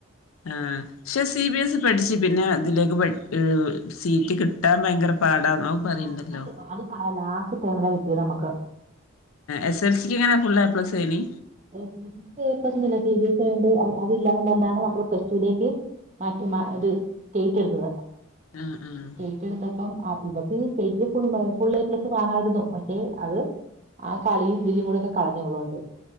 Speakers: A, on the left (about 80°); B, on the right (about 35°).
A: ആ പക്ഷെ സി ബി എസ് ഇ പഠിച്ച് പിന്നെ ഇതിലേക്ക് പെ സീറ്റ് കിട്ടാൻ ഭയങ്കര പാടാ അവൻ പറയണ്ടല്ലോ.
B: അത് അത് അത് ആ ലാസ്റ്റ് ടെമില കിട്ടിയത് നമ്മക്ക്
A: എസ് എൽ സി ക്ക് എങ്ങനെയാ ഫുൾ എ പ്ലസ് ഏനി?
B: എസ് എൽ സി ക്ക് എ പ്ലസ് ഒന്നുല്ല സി ബി എസ് ഇ ആയോണ്ട് അതില്ലാന്നും പറഞ്ഞാണ് നമ്മള് പ്ലസ് ടു ലേക്ക് മാറ്റി മാ ഇത് സ്റ്റേറ്റ് എട്ത്തത്.
A: ആഹ് ആഹ്
B: സ്റ്റേറ്റ് എട്ത്തപ്പം ആ ഇത് സ്റ്റേറ്റില് ഫുള്ള് ഫുൾ എ പ്ലസ് വാങ്ങായിരുന്നു. പക്ഷെ അത് ആ കളിയും ഇതിലും കൂടൊക്കെ കളഞ്ഞ് ഇവള്കൊണ്ടോയി